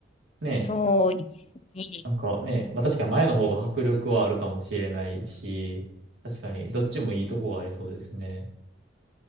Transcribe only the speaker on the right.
ね、
なんかね、まあ確かに前の方が迫力はあるかもしれないし、確かにどっちもいいとこがありそうですね。